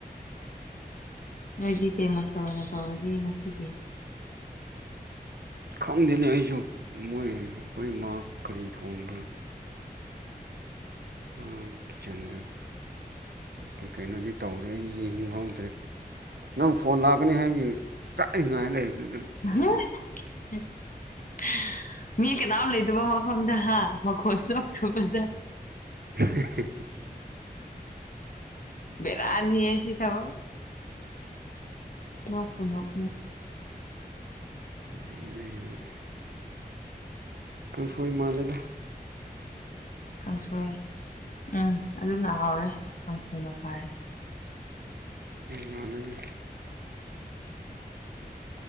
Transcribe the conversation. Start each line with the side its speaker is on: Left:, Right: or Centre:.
Left: ꯅꯣꯏꯗꯤ ꯀꯩꯃꯠꯇ ꯑꯣꯏꯅ ꯇꯧꯔꯒꯦ ꯉꯁꯤꯒꯤ
Right: ꯈꯪꯗꯦꯅꯦ ꯑꯩꯁꯨ ꯃꯣꯏ ꯑꯩꯈꯣꯏ ꯏ ꯃꯥ ꯀꯔꯤ ꯊꯣꯡꯕ꯭ꯔꯥ ꯃꯥ ꯀꯤꯠꯆꯟꯗ ꯀꯩ ꯀꯩꯅꯣꯗꯤ ꯇꯧ ꯑꯗꯨ ꯑꯩ ꯌꯦꯡꯍꯧꯗ꯭ꯔꯦ ꯅꯪ ꯐꯣꯟ ꯂꯥꯛꯀꯅꯤ ꯍꯥꯏꯕꯒꯤꯡ ꯆꯥꯛꯂꯤꯉꯥꯏꯅ ꯂꯩꯕꯗꯨꯗꯪ
Left: ꯍ ꯃꯤ ꯀꯅꯥꯝ ꯂꯩꯇꯕ ꯃꯐꯝꯗ ꯍꯥ ꯃꯈꯣꯟꯇꯨꯕꯗ
Right: <unintelligible>
Left: ꯕꯦꯔꯥꯅꯤꯁꯤ ꯊꯕ ꯃ ꯄꯨꯂꯞ
Right: ꯑ <unintelligible> ꯀꯥꯡꯁꯣꯏ ꯃꯥꯜꯂꯦꯗ
Left: ꯀꯥꯡꯁꯣꯏ ꯎꯝ ꯑꯗꯨꯅ ꯍꯥꯎꯔꯦ ꯀꯥꯡꯁꯣꯏꯅ ꯐꯥꯔꯦ
Right: ꯂꯅꯒ